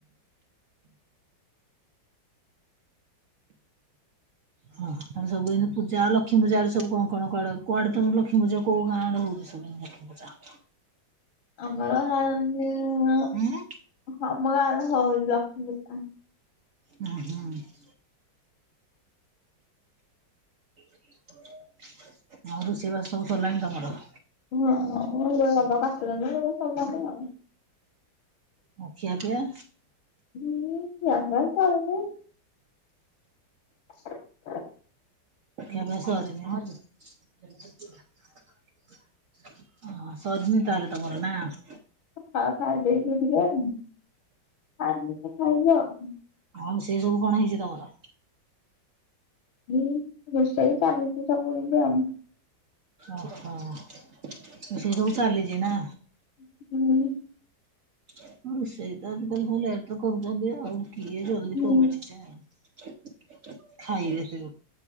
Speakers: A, on the right; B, on the left.
A: ହଁ ତମେ ସବୁଦିନେ ପୂଜା ଲକ୍ଷ୍ମୀପୂଜା ଆଡେ ସବୁ କଣ-କଣ କୁଆଡ କୁଆଡେ ତମ ଲକ୍ଷ୍ମୀପୂଜା କୋଉ ଗାଁ ଆଡ଼େ ହଉଚି ସବୁ? <unintelligible>
B: ଆମର <unintelligible>
A: ହୁଁ
B: ହଁ ଆମ ଗାଁରେ ହଉଚି ଲକ୍ଷ୍ମୀ ପୂଜା।
A: ହୁଁ-ହୁଁ। ଆଉ ରୋଷେଇବାସ ସବୁ ସରିଲାଣି ତମର?
B: ହଁ <unintelligible> ବୋଧେ ସରିଲାଣି ଆଉ।
A: ଆଉ ଖିଆ ପିଆ?
B: ହଁ ଖିଆ ପିଆ ସରିନି। <unintelligible>
A: ଖିଆ ପିଆ ସରିନି <unintelligible> ସରିନି ତାହେଲେ ତମର ନାଁ?
B: ହ ଖାଇଦେଇଚୁ ଟିକେ <unintelligible> ଖାଇବୁ ଆଉ।
A: ଆଉ ସେଇ ସବୁ କଣ ହେଇଛି ତମର?
B: ହୁଁ ରୋଷେଇ ଚାଲିଛି ସବୁ ଏବେ ଆଉ।
A: ଓହୋ ରୋଷେଇ ସବୁ ଚାଲିଛି ନା?
B: ହୁଁ।
A: ହଁ ରୋଷେଇ ତ ଆଜିକାଲି ସବୁ ଲେଟରେ କରୁଛନ୍ତି ଆଉ କିଏ ଜଲଦି
B: ହୁଁ
A: କରୁଛି ଯେ। ଖାଇବେ ଯେ